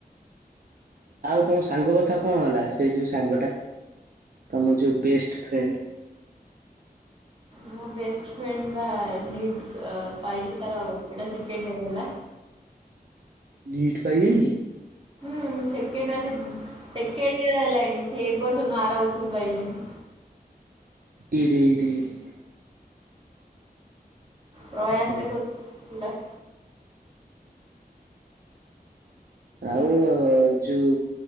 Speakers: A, on the right; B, on the right.
A: ଆଉ ତମ ସାଙ୍ଗ କଥା କଣ ହେଲା ସେ ଯୋଉ ସାଙ୍ଗ ଟା ତମ ଯୋଉ ବେଷ୍ଟ ଫ୍ରେଣ୍ଡ?
B: ମୋ ବେଷ୍ଟ ଫ୍ରେଣ୍ଡ ବା <unintelligible> ପାଇଛି ତାର ଏଇଟା ସେକେଣ୍ଡିୟର ହେଲା।
A: ନିଟ୍ ପାଇଯାଇଛି?
B: ହୁଁ ସେକେଣ୍ଡ ସେକେଣ୍ଡ ଇୟର ହେଲାଣି ସେ ଏ ବର୍ଷ ନୁହଁ ଆର ବର୍ଷ ରୁ ପାଇଲାଣି?
A: ଏଇଠି ଏଇଠି?
B: ପ୍ରୟାସରେ
A: ଶଳା।
B: କରୁଥିଲା ହେଲା।
A: ଆଉ ଯୋଉ